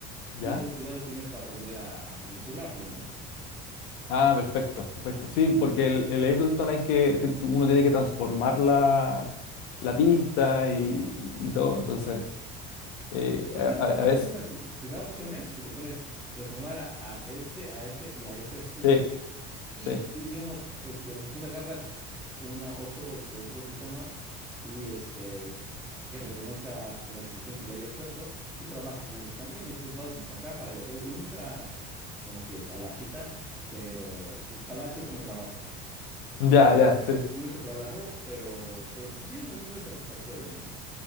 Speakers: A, on the left (about 80°); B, in the centre.
A: ¿Ya?
B: y después ya lo tienes para volver a, a manipularlo, ¿no?
A: Ah, perfecto, perfecto.
B: Así
A: Sí,
B: es.
A: porque el, el Ableton hay que, te- tú- uno tiene que transformar la, la pista y, y todo, entonces, eh,
B: Pues
A: a,
B: sí, pero
A: a- a
B: haz
A: veces,
B: de cuenta, se- se- te da opciones y le pones transformar a, a este, a este y a esta extensión.
A: sí,
B: Y,
A: sí.
B: y digamos, este, después agarras una, otro, este, otro sistema y este, que reconozca la extensión que le hayas puesto y trabajas en ese también. esto vas para acá, para allá. O sea, es mucha como que talachita, pero talache es como trabajo.
A: Ya,
B: Es,
A: ya, sí.
B: es mucho trabajo, pero, pero pues sí, es muy, es muy satisfactorio, ¿no?